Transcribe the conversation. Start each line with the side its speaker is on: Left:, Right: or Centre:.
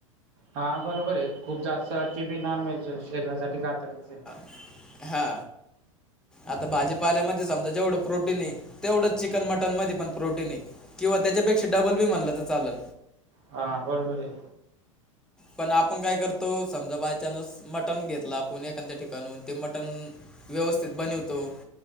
Right: हा बरोबर आहे. खूप जास्त ते बी नॉन व्हेज शरीरासाठी घातकच आहे.
Centre: हा. आता भाजीपाल्यामध्ये समजा जेवढं प्रोटीन आहे तेवढंच चिकन मटन मध्ये पण प्रोटिन आहे किंवा त्याच्यापेक्षा डब्बल बी म्हणलं तर चालल.
Right: हां हां बरोबर आहे.
Centre: पण आपण काय करतो समजा बायचानस मटन घेतला आपण एखाद्या ठिकाणून ते मटण व्यवस्थित बनवतो